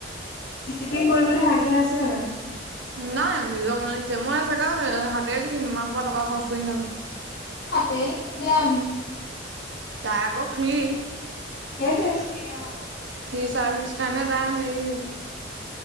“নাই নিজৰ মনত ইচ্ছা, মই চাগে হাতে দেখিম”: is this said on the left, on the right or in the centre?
Right